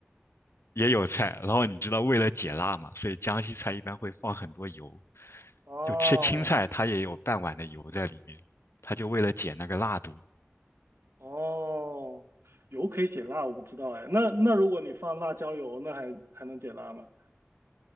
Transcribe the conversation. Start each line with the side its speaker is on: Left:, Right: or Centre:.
Left: 也有菜，然后你知道为了解辣嘛，所以江西菜一般会放很多油，
Right: 哦
Left: 就吃青菜它也有半碗的油在里面，它就为了解那个辣度。
Right: 哦，油可以解辣，我不知道哎。那那如果你放辣椒油，那还还能解辣吗？